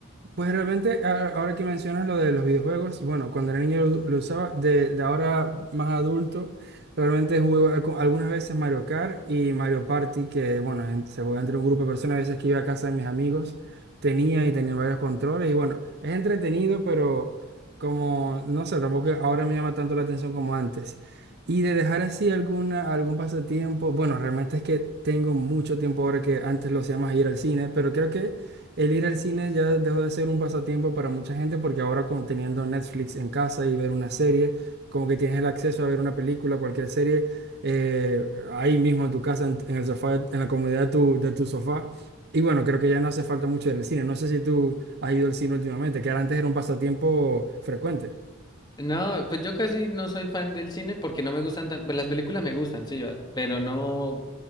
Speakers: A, on the right; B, on the left.
A: Pues realmente, a- ahora que mencionas lo de los videojuegos, bueno, cuando era niño lo, lo usaba, de, de ahora más adulto, realmente jugué al- algunas veces Mario Kart y Mario Party, que bueno, en- se juega entre un grupo de personas, a veces que iba a casa de mis amigos, tenía y tenía varios controles, y bueno, es entretenido, pero como, no sé, tampoco ahora me llama tanto la atención como antes. Y de dejar así alguna, algún pasatiempo, bueno, realmente es que tengo mucho tiempo ahora que antes lo hacía más ir al cine, pero creo que... El ir al cine ya dejó de ser un pasatiempo para mucha gente porque ahora con teniendo Netflix en casa y ver una serie, como que tienes el acceso a ver una película, cualquier serie, eh, ahí mismo en tu casa, en, en el sofá, en la comodidad de tu, de tu sofá. Y bueno, creo que ya no hace falta mucho ir al cine. No sé si tú has ido al cine últimamente, que era- antes era un pasatiempo frecuente.
B: No, pues yo casi no soy fan del cine porque no me gustan tanto, pues las películas me gustan, sí, va, pero no,